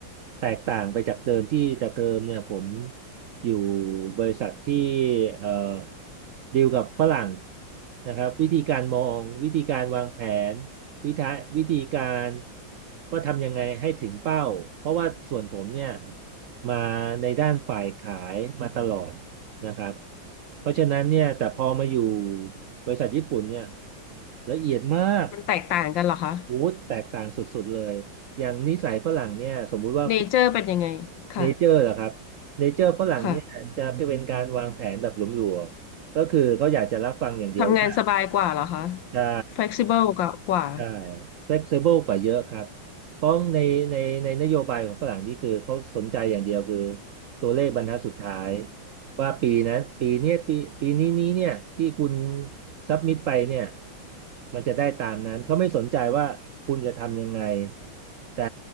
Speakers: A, on the right; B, on the left.
A: แตกต่างไปจากเดิมที่แต่เดิมเนี่ยผมอยู่บริษัทที่เอ่อดีลกับฝรั่งนะครับวิธีการมองวิธีการวางแผนวิธีวิธีการว่าทำยังไงให้ถึงเป้าเพราะว่าส่วนผมเนี่ยมาในด้านฝ่ายขายมาตลอด นะครับเพราะฉะนั้นเนี่ยแต่พอมาอยู่บริษัทญี่ปุ่นเนี่ยละเอียดมาก
B: มันแตกต่างกันเหรอคะ
A: โอ้โหแตกต่างสุดๆเลยอย่างนิสัยฝรั่งเนี่ยสมมุติว่า
B: เนเจอร์เป็นยังไงค่ะ
A: เนเจอร์เหรอครับเนเจอร์ฝรั่งเนี่ยจะเป็นการวางแผนแบบหลวมๆก็คือเขาอยากจะรับฟังอย่างเดียวว่า
B: ค่ะทำงานสบายกว่าเหรอคะ
A: ใช่
B: flexible กว่ากว่า
A: ใช่ flexible กว่าเยอะครับเพราะในในในนโยบายของฝรั่งนี่คือเขาสนใจอย่างเดียวคือตัวเลขบรรทัดสุดท้ายว่าปีนะปีเนี้ยปีปีนี้นี้เนี่ยที่คุณซับมิดไปเนี่ยมันจะได้ตามนั้นเขาไม่สนใจว่าคุณจะทำยังไงแต่